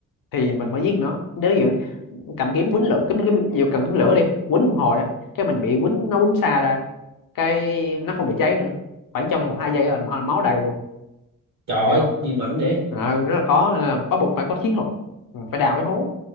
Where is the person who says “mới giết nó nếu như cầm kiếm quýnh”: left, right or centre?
Left